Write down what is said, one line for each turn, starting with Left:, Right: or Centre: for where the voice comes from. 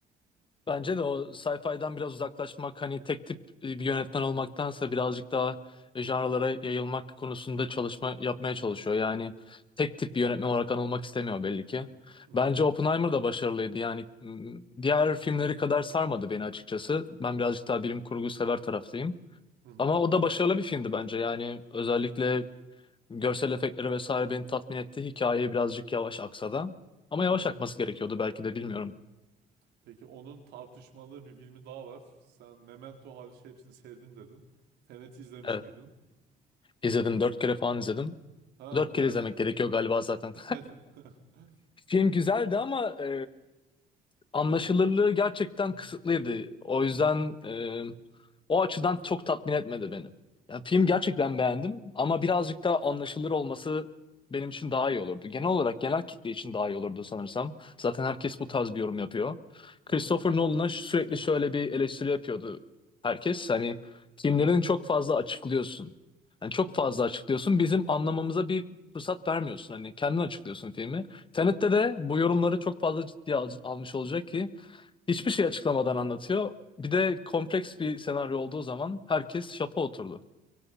Left: Bence de o sci-fi'den biraz uzaklaşmak hani tek tip e, bir yönetmen olmaktansa birazcık daha e, janralara yayılmak konusunda çalışma yapmaya çalışıyor. Yani tek tip bir yönetmen olarak anılmak istemiyor belli ki.
Right: Hı hı,
Left: Bence Oppenheimer da başarılıydı. Yani m, diğer filmleri kadar sarmadı beni açıkçası. Ben birazcık daha bilim kurgu sever taraftayım.
Right: hı hı,
Left: Ama o da başarılı bir filmdi bence. Yani özellikle görsel efektleri vesaire beni tatmin etti. Hikaye birazcık yavaş aksa da. Ama yavaş
Right: hı hı.
Left: akması gerekiyordu belki de bilmiyorum.
Right: Peki onun tartışmalı bir filmi daha var. Sen Memento hariç hepsini sevdim dedin. Tenet izlemiş
Left: Evet.
Right: miydin?
Left: İzledim dört kere falan izledim.
Right: Ha
Left: Dört kere
Right: beğendin.
Left: izlemek gerekiyor galiba zaten.
Right: <laughs>
Left: <laughs> Film güzeldi ama e, anlaşılırlığı gerçekten
Right: Hı
Left: kısıtlıydı. O yüzden e, o açıdan çok tatmin etmedi beni. Ya, film gerçekten
Right: hı,
Left: beğendim ama birazcık daha anlaşılır olması benim için daha iyi olurdu. Genel olarak genel kitle için daha iyi olurdu sanırsam. Zaten herkes bu tarz bir yorum yapıyor. Christopher
Right: hı hı,
Left: Nolan'a sürekli şöyle bir eleştiri yapıyordu herkes. Hani filmlerini çok fazla açıklıyorsun. Yani çok
Right: hı hı.
Left: fazla açıklıyorsun. Bizim anlamamıza bir fırsat vermiyorsun. Hani kendin açıklıyorsun filmi. Tenet'te de bu yorumları çok fazla ciddiye al- almış olacak ki hiçbir şey açıklamadan anlatıyor. Bir de kompleks bir senaryo olduğu zaman herkes şapa oturdu.